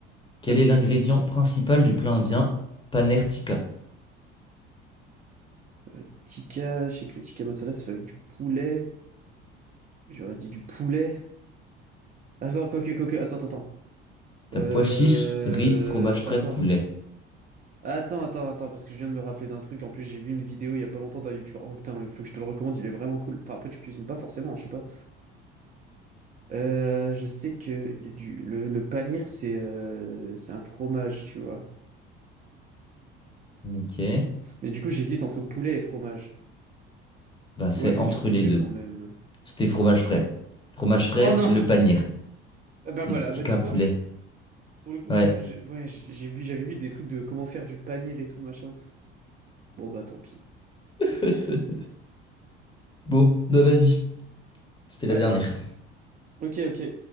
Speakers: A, on the left (about 15°); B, on the right (about 25°).
A: Quel
B: ouais. ok.
A: est l'ingrédient principal du plat indien Paneer Tikka?
B: Euh, tikka, je sais que le tikka masala ça fait avec du poulet. J'aurais dit du poulet. D'accord, quoi que, quoi Attends, attends, attends.
A: T'as
B: Euh...
A: pois chiche, riz, fromage frais,
B: Attends.
A: poulet.
B: Attends, attends, attends, parce que je viens de me rappeler d'un truc. En plus, j'ai vu une vidéo il y a pas longtemps d'un youtubeur. Oh putain, il faut que je te le recommande, il est vraiment cool. Enfin, après, tu cuisines pas forcément, je sais pas. Euh, je sais que il y a du... le, le panir, c'est euh, c'est un fromage, tu vois.
A: Ok.
B: Mais du coup, j'hésite entre poulet et fromage.
A: Bah, c'est
B: Ouais, je
A: entre
B: vais dire poulet
A: les deux.
B: quand même.
A: C'était fromage frais. Fromage frais,
B: Oh non!
A: le
B: <laughs>
A: paneer.
B: Ah Bah
A: Et
B: voilà,
A: tikka,
B: bah tu
A: poulet.
B: vois, pour le coup,
A: Ouais.
B: en plus, je- ouais, j'ai j'ai vu, j'avais vu des trucs de comment faire du panir et tout, machin. Bon, bah tant pis.
A: <laughs> Bon, bah vas-y. C'était
B: Ouais,
A: la dernière.
B: ok, ok.